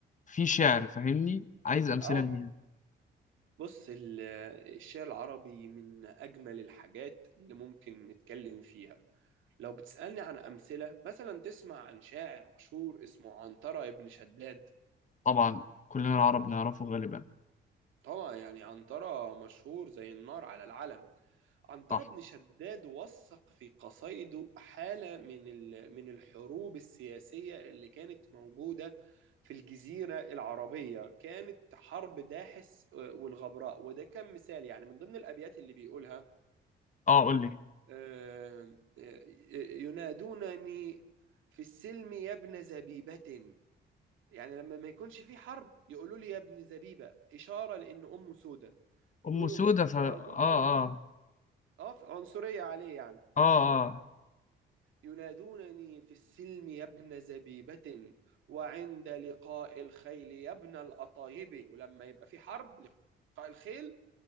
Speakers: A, on the left; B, on the right.
A: فيه شعر فاهمني عايز أمثلة
B: اه
A: ليها
B: بص ال- آه، الشعر العربي من أجمل الحاجات اللي ممكن نتكلم فيها لو بتسألني عن أمثلة مثلا تسمع عن شاعر مشهور اسمه عنترة ابن شداد
A: طبعا كلنا العرب نعرفه غالبا
B: طبعا يعني عنترة مشهور زي النار على العلم عنترة
A: صح
B: بن شداد وثق في قصائده حالة من ال- من الحروب السياسية اللي كانت موجودة في الجزيرة العربية كانت حرب داحس آه، والغبراء وده كان مثال يعني من ضمن الأبيات اللي بيقولها
A: اه قول لي
B: آه، آه، ينادونني في السلم يا ابن زبيبة يعني لما ما يكونش في حرب يقولوا لي يا ابن زبيبة إشارة لأن أمه سودة
A: أم
B: يقولوا
A: سودة
B: ينادونني
A: ف... اه اه
B: اه عنصرية عليه يعني
A: اه اه
B: ينادونني في السلم يا ابن زبيبة وعند لقاء الخيل يا ابن القطايب ولما يبقى في حرب لقاء الخيل